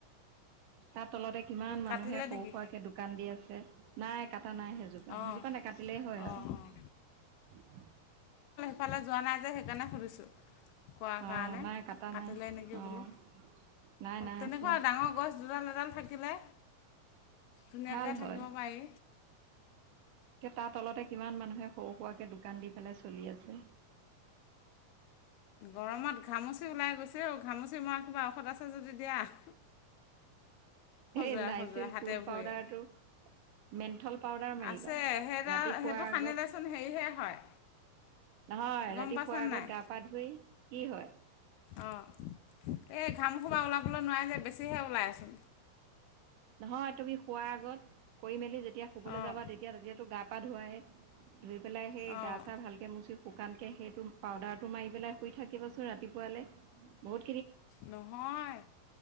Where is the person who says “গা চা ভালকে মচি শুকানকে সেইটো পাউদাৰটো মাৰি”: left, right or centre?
Right